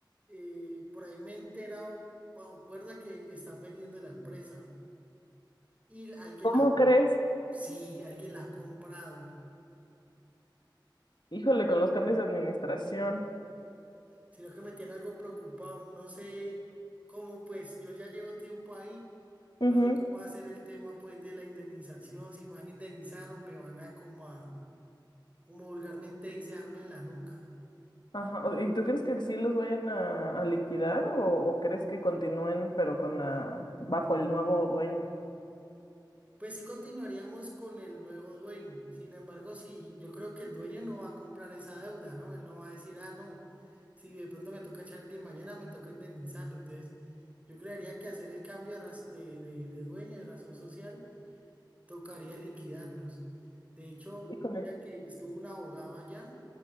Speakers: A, on the right (about 15°); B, on the left (about 65°).
A: eh, por ahí me he enterado bajo cuerda que están vendiendo la empresa y alguien
B: ¿Cómo
A: la,
B: crees?
A: sí, alguien la ha comprado,
B: Híjole, con los cambios de administración.
A: sino que me tiene algo preocupado, no sé cómo pues yo ya llevo tiempo ahí,
B: Ujú,
A: no sé cómo va a ser el tema pues de la indemnización, si me van a indemnizar o me van a como a, como vulgarmente dice, darme en la nuca.
B: Ajá. o- ¿Y tú crees que sí los vayan a, a liquidar o, o crees que continúen pero con la bajo el nuevo dueño?
A: Pues sí continuaríamos con el nuevo dueño. Sin embargo, sí, yo creo que el dueño no va a comprar esa deuda, ¿no? Él no va a decir, ah, no, si de pronto me toca echar alguien mañana me toca indemnizarlo. Entonces, yo creería que hacer el cambio de, raz- de, de- de dueño, de razón social, tocaría liquidarnos. De hecho,
B: Híjole.
A: mira que estuvo un abogado allá